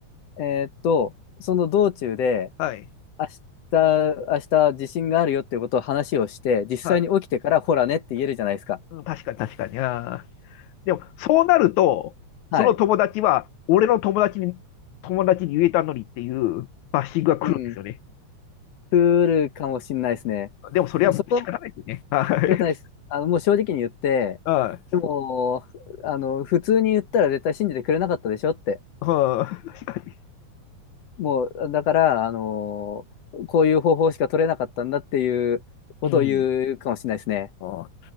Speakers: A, on the left; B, on the left.
A: えーっと、その道中で、
B: はい。
A: 明日、明日地震があるよっていうことを話をして、実際に起きてから、
B: はい。
A: ほらねって言えるじゃないですか。
B: うん、確かに確かに。ああ。でも、そうなると、
A: はい。
B: その友達は、俺の友達に、友達に言えたのにっていうバッシングが来るんですよね。
A: うん。来るかもしんないですね。
B: でも、それはもう仕方ないですよね。
A: でもそこは仕
B: はい。
A: 方ないです。あの、もう正直に言って、
B: <laughs>
A: でも、あの、普通に言ったら絶対信じてくれなかったでしょって。
B: うん確か
A: もう、だから、あの、こういう方法しか取れなかったんだっていうことを言うかもしれないですね。
B: に。うん。ああ